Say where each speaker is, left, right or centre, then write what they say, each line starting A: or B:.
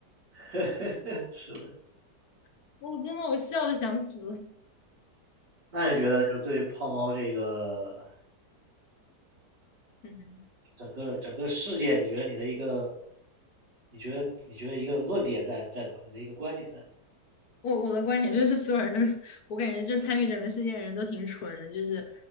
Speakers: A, on the right (about 75°); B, on the left (about 65°).
A: <laughs> 是的，
B: <laughs> 我真的我笑的想死。
A: 那你觉得就对胖猫这个
B: 嗯。
A: 整个整个事件，你觉得你的一个，你觉得你觉得一个论点在在哪？你的一个观点在哪
B: 我我的观点就是，所有人都是我感觉就参与整个事件的人都挺蠢的，就是